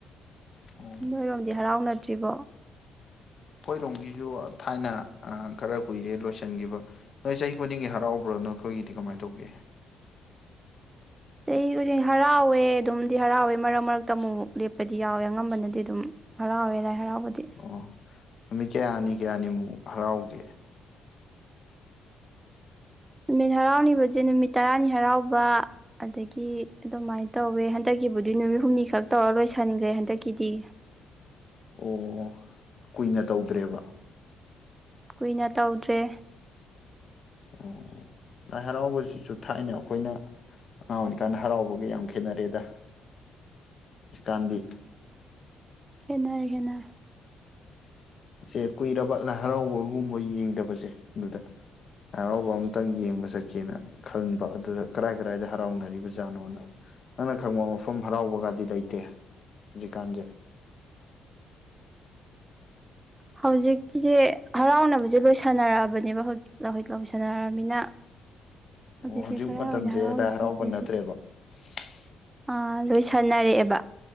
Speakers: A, on the left; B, on the right.
A: ꯑꯣ
B: ꯅꯣꯏꯔꯣꯝꯗꯤ ꯍꯔꯥꯎꯅꯗ ꯇꯔꯤꯕ
A: ꯑꯩꯈꯣꯏꯔꯣꯝꯒꯤꯁꯨ ꯊꯥꯏꯅ ꯈꯔ ꯀꯨꯏꯔꯦ ꯂꯣꯏꯁꯤꯟꯈꯤꯕ ꯅꯣꯏ ꯆꯍꯤ ꯈꯨꯗꯤꯡꯒꯤ ꯍꯔꯥꯎꯕ꯭ꯔꯣ ꯅ ꯑꯩꯈꯣꯏꯒꯤꯗꯤ ꯀꯃꯥꯏꯅ ꯇꯧꯒꯦ
B: ꯆꯍꯤ ꯈꯨꯗꯤꯛ ꯍꯔꯥꯎꯋꯦ ꯑꯗꯨꯝꯗꯤ ꯍꯔꯥꯎꯋꯦ ꯃꯔꯛ ꯃꯔꯛꯇ ꯑꯃꯨꯛꯛ ꯂꯦꯞꯄꯗꯤ ꯌꯥꯎꯋꯦ ꯑꯉꯝꯕꯅꯗꯤ ꯑꯗꯨꯝ ꯍꯔꯥꯎꯋꯦ ꯂꯥꯏ ꯍꯔꯥꯎꯦ ꯃꯗꯤ
A: ꯑꯣ ꯅꯨꯃꯤꯠ ꯀꯌꯥꯅꯤ ꯀꯌꯥꯅꯤꯃꯨꯛ ꯍꯔꯥꯎꯒꯦ
B: ꯅꯨꯃꯤꯠ ꯍꯔꯥꯎꯅꯤꯕꯁꯦ ꯅꯨꯃꯤꯠ ꯇꯔꯥꯅꯤ ꯍꯔꯥꯎꯕ ꯑꯗꯒꯤ ꯑꯗꯨꯃꯥꯏꯅ ꯇꯧꯋꯦ ꯍꯟꯗꯛꯀꯤꯕꯨꯗꯤ ꯅꯨꯃꯤꯠ ꯍꯨꯝꯅꯤ ꯈꯛ ꯇꯧꯔ ꯂꯣꯏꯁꯟꯈ꯭ꯔꯦ ꯍꯟꯗꯛꯀꯤꯗꯤ
A: ꯑꯣ ꯀꯨꯏꯅ ꯇꯧꯗ꯭ꯔꯦꯕ
B: ꯀꯨꯏꯅ ꯇꯧꯗ꯭ꯔꯦ
A: ꯑꯣ ꯂꯥꯏ ꯍꯔꯥꯎꯕꯁꯤꯁꯨ ꯊꯥꯏꯅ ꯑꯩꯈꯣꯏꯅ ꯑꯉꯥꯡ ꯑꯣꯏꯖꯤꯛꯀꯥꯟꯗ ꯍꯔꯥꯎꯕꯒ ꯌꯥꯝ ꯈꯦꯠꯅꯔꯦꯗ ꯍꯧꯖꯤꯛꯀꯥꯟꯗꯤ
B: <inaudible> ꯦꯟꯅꯔ ꯈꯦꯟꯅꯔ
A: ꯏꯦ ꯀꯨꯏꯔꯕ ꯂꯥꯏ ꯍꯔꯥꯎꯕꯒꯨꯝꯕ ꯌꯦꯡꯗꯕꯁꯦ ꯑꯗꯨꯗ ꯂꯥꯏ ꯍꯔꯥꯎꯕ ꯑꯃꯇꯪ ꯌꯦꯡꯕ ꯆꯠꯀꯦꯅ ꯈꯟꯕ ꯑꯗꯨꯗ ꯀꯔꯥꯏ ꯀꯔꯥꯏꯗ ꯍꯔꯥꯎꯅꯔꯤꯕꯖꯥꯠꯅꯣꯅ ꯅꯪꯅ ꯈꯪꯕ ꯃꯐꯝ ꯍꯔꯥꯎꯕꯒꯗꯤ ꯂꯩꯇꯦ ꯍꯧꯖꯤꯛꯀꯥꯟꯁꯦ
B: ꯍꯧꯖꯤꯛꯀꯤꯁꯦ ꯍꯔꯥꯎꯅꯕꯁꯦ ꯂꯣꯏꯁꯥꯟꯅꯔꯛꯑꯕꯅꯦꯕ ꯍꯧꯖꯤ ꯂꯧꯁꯟꯅꯔꯕꯃꯤꯅ ꯍꯧꯖꯤꯛꯁꯦ
A: ꯑꯣ ꯍꯧꯖꯤꯛ
B: ꯀꯗꯥꯏꯋꯥꯏꯗ
A: ꯃꯇꯝꯁꯦ
B: ꯍꯔꯥꯎꯔꯤꯒꯦ
A: ꯂꯥꯏ ꯍꯔꯥꯎꯕ
B: ꯑꯃꯗꯤ
A: ꯅꯠꯇ꯭ꯔꯦꯕ <inaudible>
B: ꯑ ꯂꯣꯏ ꯁꯥꯟꯅꯔꯛꯑꯦꯕ